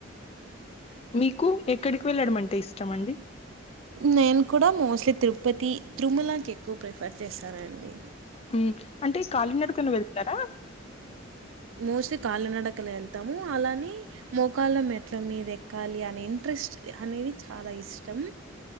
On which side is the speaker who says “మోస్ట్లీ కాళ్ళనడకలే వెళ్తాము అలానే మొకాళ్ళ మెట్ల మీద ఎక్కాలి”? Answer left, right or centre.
Right